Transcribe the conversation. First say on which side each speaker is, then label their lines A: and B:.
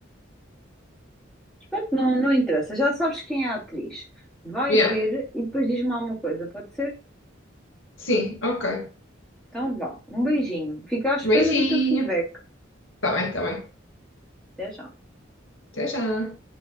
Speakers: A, in the centre; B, on the left.
A: Pronto, não, não interessa, já sabes quem é a atriz. Vai
B: Yeah.
A: ver e depois diz-me alguma coisa, pode ser?
B: Sim, ok.
A: Então vá, um beijinho. Fica à espera
B: Beijinho.
A: do teu feedback.
B: Tá bem, tá bem.
A: Até já.
B: Até já.